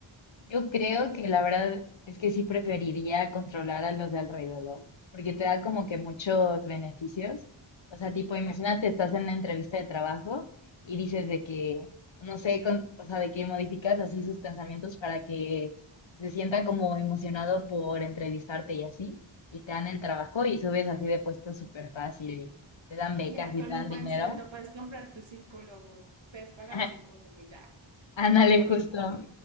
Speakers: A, on the left (about 65°); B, on the right (about 60°).
A: Yo creo que la verdad es que sí preferiría controlar a los de alrededor, porque te da como que muchos beneficios. O sea, tipo, imagínate, estás en una entrevista de trabajo y dices de que, no sé, con- o sea, de que modificas así sus pensamientos para que se sienta como emocionado por entrevistarte y así, y te dan el trabajo y subes así de puesto súper fácil y te dan
B: Y
A: becas
B: ya con
A: y te
B: un
A: dan
B: buen
A: dinero.
B: sueldo puedes comprar tu psicólogo, puedes pagar
A: <laughs>
B: psicólogo, y ya,
A: Ándale,
B: ya controlas,
A: justo.